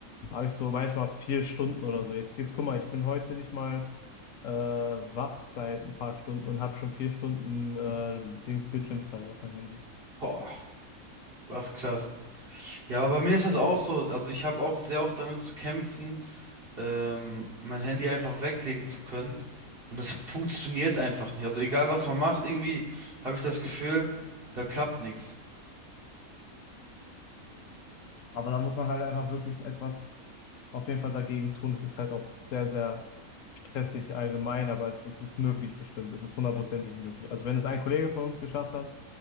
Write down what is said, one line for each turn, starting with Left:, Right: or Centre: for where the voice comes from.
Left: habe ich so manchmal vier Stunden oder so. Jetzt, jetzt guck mal, ich bin heute nicht mal äh, wach seit ein paar Stunden und habe schon vier Stunden äh, Dings Bildschirmzeit auf mein Handy.
Right: Boah, was krass. Ja, aber bei mir ist das auch so. Also ich habe auch sehr oft damit zu kämpfen. ähm, mein Handy einfach weglegen zu können. Und das funktioniert einfach nicht. Also egal was man macht, irgendwie habe ich das Gefühl, da klappt nichts.
Left: Aber da muss man halt einfach wirklich etwas auf jeden Fall dagegen tun. Es ist halt auch sehr, sehr stressig allgemein, aber es ist, es ist möglich bestimmt. Es ist hundertprozentig möglich. Also wenn es ein Kollege von uns geschafft hat,